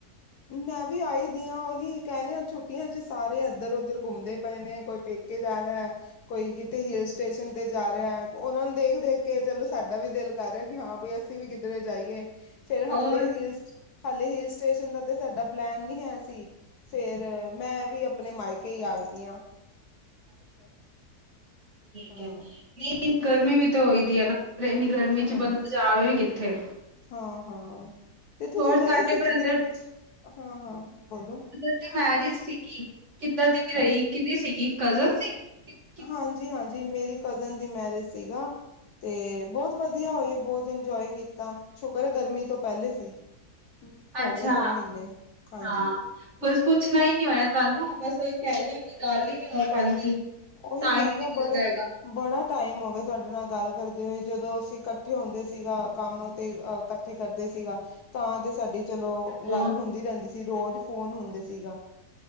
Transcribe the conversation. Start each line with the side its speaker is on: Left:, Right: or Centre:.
Left: ਮੈਂ ਵੀ ਆਈ ਦੀ ਹਾਂ ਉਹੀ ਕਹਿ ਰਹੀ ਹਾਂ ਛੁੱਟੀਆਂ ਚ ਸਾਰੇ ਇੱਧਰ ਉੱਧਰ ਘੁੰਮਦੇ ਪਏ ਨੇ ਕੋਈ। ਪੇਕੇ ਜਾ ਰਿਹਾ ਹੈ ਕੋਈ ਕਿਤੇ ਹਿਲ ਸਟੇਸ਼ਨ। ਤੇ ਜਾ ਰਿਹਾ ਉਹਨਾਂ ਨੂੰ ਦੇਖ ਦੇਖ ਕੇ ਚਲੋ ਸਾਡਾ ਵੀ ਦਿਲ ਕਰ ਰਿਹਾ ਕਿ ਹਾਂ ਬਈ ਅਸੀਂ ਵੀ ਕਿੱਧਰੇ ਜਾਈਏ। ਫੇਰ
Right: ਹੋਰ
Left: ਹਲੇੇ ਹਿਲ ਹਾਲੇ ਹਲ ਸਟੇਸ਼ਨ ਦਾ ਤੇ। ਸਾਡਾ ਪਲੈਨ ਨੀ ਹੈ ਸੀ ਫੇਰ ਮੈਂ ਵੀ ਆਪਣੇ ਮਾਇਕੇ ਹੀ ਆ ਗਈ ਹਾਂ।
Right: ਅ ਅ ਠੀਕ
Left: ਹਾਂ
Right: ਹੈ ਨਹੀਂ ਗਰਮੀ ਵੀ ਤਾਂ ਹੋਈ ਦੀ ਹੈ ਨਾ ਇਨੀ ਗਰਮੀ ਗਰਮੀ 'ਚ
Left: ਹਾਂ
Right: ਬੰਦਾ ਜਾਵੇ ਵੀ ਕਿੱਥੇ।
Left: ਹਾਂ ਹਾਂ ਤੇ ਤੁਸੀਂ
Right: ਹੋਰ
Left: ਗਏ
Right: ਸਾਡੇ
Left: ਸੀ ਕਿਧਰੇ
Right: ਬ੍ਰਦਰ
Left: ਵਿੱਚ ਹਾਂ ਹਾਂ ਬੋਲੋ।
Right: ਤੇ ਮੈਰਿਜ ਸੀਗੀ ਕਿੱਦਾਂ ਦੀ ਰਹੀ
Left: ਹਾਂ
Right: ਕੀਦੀ ਸੀਗੀ ਕਜ਼ਨ ਸੀ ਕੀ।
Left: ਹਾਂਜੀ ਹਾਂਜੀ ਮੇਰੀ ਕਜ਼ਨ ਦੀ ਮੈਰਿਜ ਸੀਗਾ। ਤੇ ਬਹੁਤ ਵਧੀਆ ਹੋਏ ਬਹੁਤ ਇੰਜੋਏ ਕੀਤਾ ਸ਼ੁਕਰ ਐ ਗਰਮੀ ਤੋਂ। ਪਹਿਲੇ ਸੀ ਹੋ
Right: ਅੱਛਾ
Left: ਗਏ ਦੋ ਮਹੀਨੇ ਹਾਂਜੀ।
Right: ਹਾਂ ਬਸ ਪੁੱਛਣਾ ਹੀ ਨਹੀਂ ਹੋਇਆ ਤੁਹਾਨੂੰ ਬਸ ਉਹੀ ਕਹਿ ਰਹੀ ਕਿ ਗੱਲ ਹੀ ਨਹੀਂ ਹੋ ਪਾਉਂਦੀ।
Left: ਉਹੀ
Right: ਟਾਈਮ
Left: ਮਹਿੰਗਾ
Right: ਹੀ ਨਿਕਲ
Left: ਬੜੇ।
Right: ਜਾਏਗਾ
Left: ਬੜਾ ਟਾਈਮ ਹੋ ਗਿਆ ਤੁਹਾਡੇ ਨਾਲ ਗੱਲ ਕਰਦੇ ਹੋਏ ਜਦੋਂ ਅਸੀਂ ਇਕੱਠੇ ਹੁੰਦੇ ਸੀਗਾ ਕੰਮ। ਤੇ
Right: ਹੈਲੋ
Left: ਅਹ ਇਕੱਠੇ ਕਰਦੇ ਸੀਗਾ ਤਾਂ ਤੇ ਸਾਡੀ ਚਲੋ
Right: ਹੈਲੋ
Left: ਗੱਲ ਹੁੰਦੀ ਰਹਿੰਦੀ ਸੀ। ਤੇ ਰੋਜ਼ ਫੋਨ ਹੁੰਦੇ ਸੀਗਾ